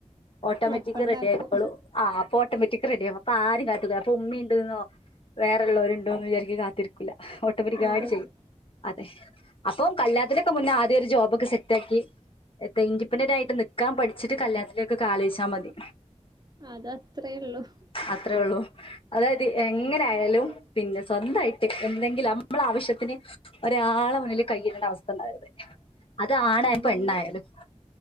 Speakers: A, on the left; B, on the right.
A: ഓട്ടോമാറ്റിക്
B: അപ്പണ്ടാക്കും
A: റെഡിയായിക്കോളും ആ അപ്പൊ ഓട്ടോമറ്റിക് ക്ക് റെഡിയാവും അപ്പാരിം കാതു പ്പുമ്മീണ്ട്ന്നോ വേറെള്ളോരുണ്ടോന്ന് വിചാരിച്ച് കാത്തിരിക്കുല്ല ഓട്ടോമാറ്റിക്കായിട്ട്
B: അതന്നെ
A: ചെയ്യും അതെ അപ്പോ കല്യാണത്തിൻ്റൊക്കെ മുന്നേ ആദ്യൊരു ജോബൊക്കെ സെറ്റാക്കി എന്ത ഇൻഡിപെൻഡൻ്റായിട്ട് നിക്കാൻ പഠിച്ചിട്ട് കല്യാണത്തിലേക്കൊക്കെ ആലോയിച്ചാ മതി
B: അത് അതത്രേ ഉള്ളു
A: അത്രേ ഉള്ളൂ അതായത് എങ്ങനായാലും പിന്നെ സ്വന്തായിട്ട് എന്തെങ്കിലും അമ്മളാവശ്യത്തിന് ഒരാളെ മുന്നില് കയ്യീട്ടേണ്ട അവസ്ഥ ഉണ്ടാവരുത് അത് ആണായാലും
B: അതന്നെ
A: പെണ്ണായാലും